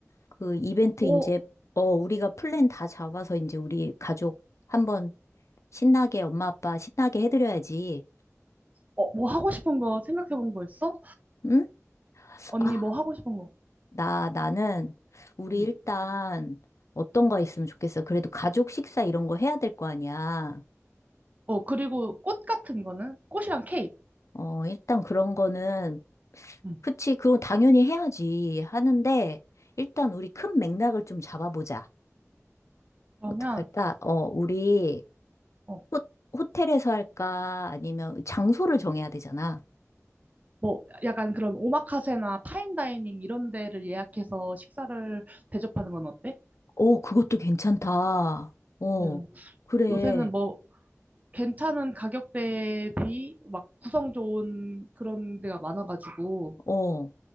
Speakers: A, on the left (about 65°); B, on the right (about 30°).
A: 그 이벤트
B: 뭐,
A: 이제, 어, 우리가 플랜 다 잡아서 이제 우리 가족 한번 신나게 엄마 아빠 신나게 해드려야지.
B: 어, 뭐 하고 싶은 거 생각해 본 거 있어?
A: 응?
B: 언니
A: 아,
B: 뭐 하고 싶은 거?
A: 나, 나는, 우리
B: 응.
A: 일단, 어떤 거 있으면 좋겠어. 그래도 가족 식사 이런 거 해야 될 거 아니야.
B: 어, 그리고 꽃 같은 거는? 꽃이랑 케이크.
A: 어, 일단 그런 거는,
B: 응.
A: 그치, 그건 당연히 해야지. 하는데, 일단 우리 큰 맥락을 좀 잡아보자.
B: 그러면,
A: 어떡할까? 어, 우리,
B: 어,
A: 호, 호텔에서 할까? 아니면 장소를 정해야 되잖아.
B: 뭐, 약간 그런 오마카세나 파인다이닝 이런 데를 예약해서 식사를 대접하는 건 어때?
A: 어, 그것도 괜찮다. 어,
B: 응.
A: 그래.
B: 요새는 뭐, 괜찮은 가격대 비, 막 구성 좋은 그런 데가 많아가지고,
A: 어.